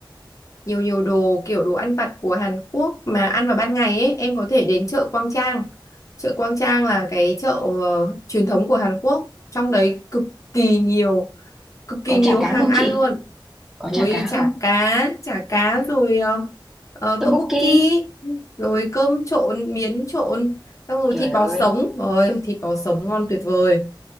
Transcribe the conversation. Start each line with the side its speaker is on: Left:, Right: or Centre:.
Left: nhiều nhiều đồ kiểu đồ ăn vặt của Hàn Quốc mà ăn vào ban ngày ấy em có thể đến chợ Quang Trang chợ Quang Trang là cái chợ ờ, truyền thống của Hàn Quốc trong đấy cực kỳ nhiều cực kỳ
Centre: có
Left: nhiều
Centre: chả cá
Left: hàng
Centre: không
Left: ăn
Centre: chị?
Left: luôn
Centre: Có
Left: ôi
Centre: chả cá
Left: chả
Centre: không?
Left: cá chả cá rồi ờ, ờ,
Centre: Tteokbokki.
Left: tteokbokki rồi cơm trộn miến trộn xong rồi
Centre: Trời
Left: thịt
Centre: ơi,
Left: bò sống rồi thịt bò sống ngon tuyệt vời